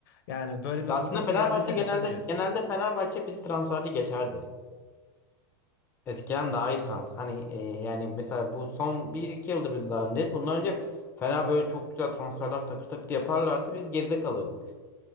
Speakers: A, on the left (about 70°); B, on the left (about 15°).
A: Yani böyle bir
B: Ya
A: fırsat
B: aslında Fenerbahçe
A: geldiyse
B: genelde
A: kaçırmayacaksın.
B: genelde Fenerbahçe bizi transferde geçerdi. Eskiden daha iyi trans. Hani e, yani mesela bu son bir iki yıldır biz daha öndeyiz. Bundan önce Fener böyle çok güzel transferler takır takır yaparlardı. Biz geride kalırdık.